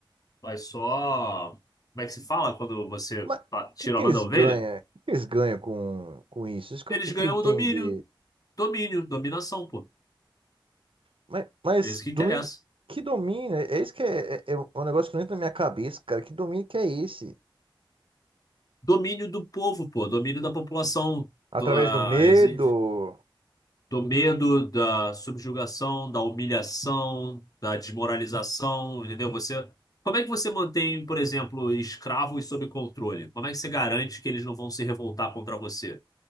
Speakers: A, on the left (about 45°); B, on the right (about 85°).
A: Vai só. Como é que se fala quando você
B: Mas o
A: pa- tira
B: que que
A: a lã
B: eles
A: da ovelha?
B: ganham? O que que eles ganham com, com isso? Isso que
A: Eles
B: eu, que eu
A: ganham
B: queria entender.
A: o domínio. Domínio, dominação, pô.
B: Mas, mas
A: É isso que interessa.
B: domínio, que domínio? É é isso que é, é, é um é um negócio que não entra na minha cabeça, cara. Que domínio que é esse?
A: Domínio do povo, pô, domínio da população,
B: Através
A: do, ah,
B: do medo,
A: exige- do medo, da subjugação, da humilhação, da desmoralização, entendeu? Você, como é que você mantém, por exemplo, escravos sob controle? Como é que você garante que eles não vão se revoltar contra você?